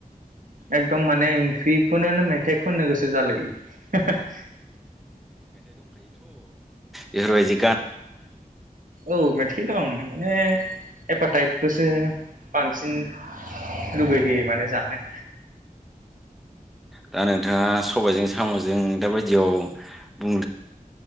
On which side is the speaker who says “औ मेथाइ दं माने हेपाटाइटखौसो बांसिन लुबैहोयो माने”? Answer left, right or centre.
Right